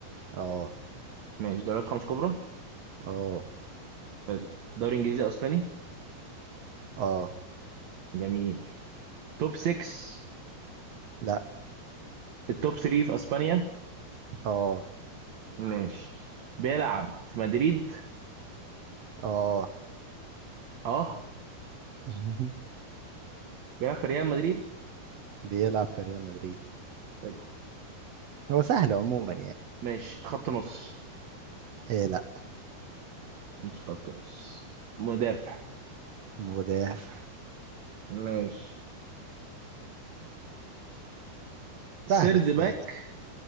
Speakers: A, on the right; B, on the right.
A: اه
B: ماشي دوريات خمس كبرى
A: اه
B: حلو دوري انجليزي اسباني
A: اه
B: جميل توب 6
A: لا
B: التوب 3 في اسبانيا
A: اه
B: ماشي بيلعب في مدريد
A: اه
B: اه
A: <laughs>
B: بيلعب في ريال مدريد
A: بيلعب في ريال مدريد
B: حلو
A: هو سهل عموما يعني
B: ماشي خط نص
A: إيه لا
B: مش خط نص مدافع
A: مدافع
B: ماشي سيرد
A: سهلة سهلة
B: باك